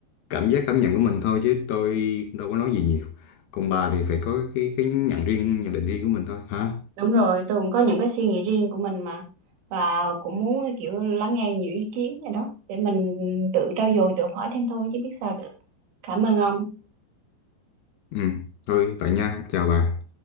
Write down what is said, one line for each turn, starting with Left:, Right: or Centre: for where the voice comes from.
Left: cảm giác cảm nhận của mình thôi chứ tôi đâu có nói gì nhiều còn bà thì phải có cái cái nhận riêng nhận định riêng của mình thôi hả
Right: Đúng rồi, tôi cũng có những cái suy nghĩ riêng của mình mà và cũng muốn kiểu lắng nghe nhiều ý kiến gì đó để mình tự trau dồi tự học hỏi thêm thôi chứ biết sao được. Cảm ơn ông.
Left: ừ thôi vậy nha chào bà